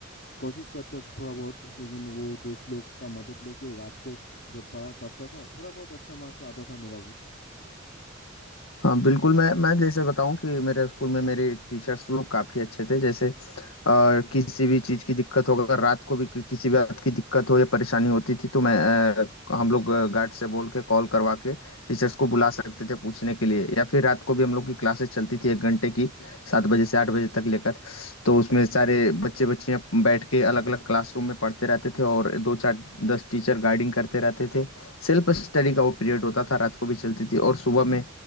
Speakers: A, on the left; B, on the left.
A: कोशिश करता था थोड़ा बहुत लेकिन वो दोस्त लोग का मदद लेके रात को जब पढ़ा पढ़ता था थोड़ा बहुत अच्छा मार्क्स आता था मेरा भी
B: हाँ बिल्कुल मैं मैं जैसे बताऊं कि मेरे स्कूल में मेरे टीचर्स लोग काफी अच्छे थे जैसे अ, किसी भी चीज की दिक्कत हो अगर रात को भी कि- किसी भी बात की दिक्कत हो या परेशानी होती थी तो मैं अ, हम लोग गार्ड से बोल के कॉल करवा के टीचर्स को बुला सकते थे पूछने के लिए या फिर रात को भी हम लोग की क्लासेस चलती थी एक घंटे की सात बजे से आठ बजे तक लेकर तो उसमें सारे बच्चे बच्चियां बैठ के अलग अलग क्लासरूम में पढ़ते रहते थे और दो चार दस टीचर गाइडिंग करते रहते थे सेल्फ स्टडी का वो पीरियड होता था रात को भी चलती थी और सुबह में